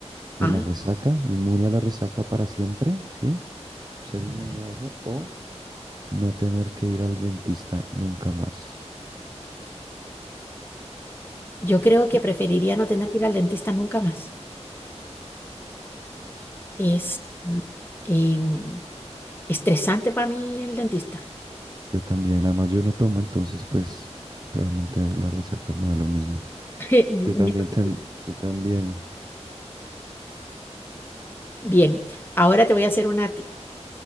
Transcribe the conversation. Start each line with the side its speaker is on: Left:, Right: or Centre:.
Right: de
Left: Ah,
Right: la resaca, inmune a la resaca para siempre, ¿sí? Ser inmune a eso o no tener que ir al dentista nunca más.
Left: yo creo que preferiría no tener que ir al dentista nunca más. Es mm, em, estresante para mí el dentista.
Right: Yo también, además yo no tomo, entonces pues realmente la resaca me da lo mismo.
Left: <laughs>
Right: Yo también, ten- yo también,
Left: Bien, ahora te voy a hacer una a ti.